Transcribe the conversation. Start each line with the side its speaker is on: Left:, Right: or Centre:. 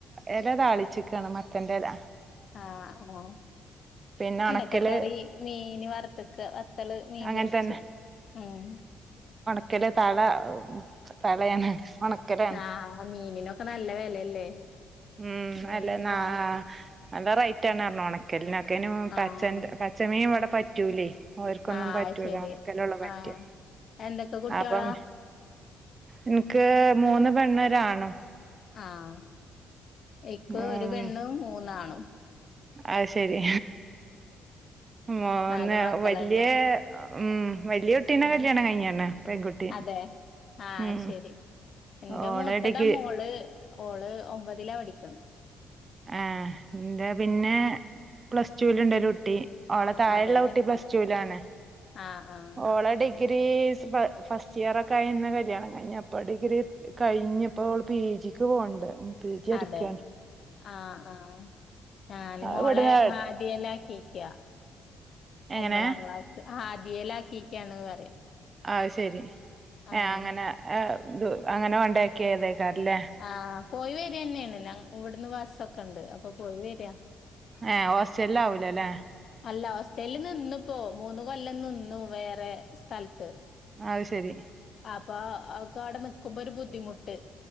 Right: ഇല താളിച്ചിക്കയാണ് മത്തൻ്റെ ഇല
Left: ആഹ് ആഹ്
Right: പിന്നെ
Left: വെണ്ടയ്ക്ക
Right: ഉണക്കല്
Left: കറി, മീന് വറുത്തക്ക നത്തല് മീൻ
Right: അങ്ങനെ
Left: പൊരിച്ച്
Right: തന്നെ
Left: ഉം.
Right: ക്കലെ തള തളയാണ് ക്കലാണ്
Left: ആഹ് മീനിനൊക്കെ നല്ല വെലല്ലേ
Right: ഉം
Left: മീന്
Right: അല്ല നാ
Left: വ
Right: നല്ല റേറ്റ് ആണ് പറഞ്ഞു ഉണക്കലിനൊക്കെന്
Left: ആഹ്
Right: പച് പച്ചമീൻ ഇവിടെ പറ്റൂലേ ക്ക് ഒന്നും
Left: ആഹ്
Right: പറ്റൂല
Left: ശരി
Right: ഒണക്കലുള്ളു പറ്റ്
Left: ആഹ് എന്തൊക്കെ കുട്ടിയോളാ
Right: അപ്പം എനിക്ക് മൂന്ന് പെണ്ണും ഒരാണും
Left: ആഹ് എക്ക്
Right: ഉം
Left: ഒരു പെണ്ണും മൂന്നാണും
Right: അത് ശരി മൂന്ന്
Left: നാല് മക്കളന്നെ
Right: വല്യ ഉം വല്യയ കുട്ടീന്ന
Left: ആഹ്
Right: കല്യാണം കഴിഞ്ഞാന്നേ പെൺകുട്ടി
Left: അതെ ആഹ്
Right: ഉം
Left: ശരി എന്റെ
Right: ഓളെ
Left: മൂത്തതാ
Right: ഡിഗ്രി
Left: മോള് ഓള് ഒമ്പതിലാ പടിക്കണ്
Right: ആഹ് എന്റെ പിന്നെ പ്ലസ്ടൂല് ഉണ്ടൊരുട്ടി ഓളെ താഴള്ള
Left: അതെല്ലേ
Right: കുട്ടി പ്ലസ് ടുലാണ്
Left: ആഹ് ആഹ്
Right: ഓളെ ഡി ഡിഗ്രി ഫ ഫസ്റ്റിയർ ഒക്കെ ആയന്ന് കല്യാണം കഴിഞ്ഞ് അപ്പം ഡിഗ്രി കഴിഞ്ഞുപ്പോ ഓള് പി ജിക്ക് പോവുണ്ട് പി ജി പഠിക്കാണ്
Left: അതെ ആഹ് ആഹ് ആനി
Right: അത്
Left: മോളെ
Right: ഇവിടുന്ന്
Left: ഹാദിയെല്ലാകേക്ക്യാ
Right: എങ്ങനെ
Left: ഒമ്പതാം ക്ലാസ്സ് ആഹ് ഹാദിയേല് ആക്കിക്കാണ് പറയാ
Right: അത്ശെരി
Left: ആഹ്
Right: ഏഹ് അങ്ങനെ ത് അങ്ങനെ കൊണ്ടാക്കിയേതേക്കാരല്ലേ
Left: ആഹ് പോയി വരന്നെയാണ് ഞങ്ങ് ഇവിടുന്ന് ബസ്സൊക്കണ്ട് അപ്പോ പോയി വരാ
Right: ഏഹ് ഹോസ്റ്റലിൽ ആവൂലല്ലേ
Left: അല്ല ഹോസ്റ്റല് നിന്നുപ്പോ മൂന്ന് കൊല്ലം നിന്നു വേറെ സ്ഥലത്ത്
Right: അത്ശരി
Left: അപ്പോ അവക്ക് അവിടെ നിക്കുമ്പോ ഒരു ബുദ്ധിമുട്ട്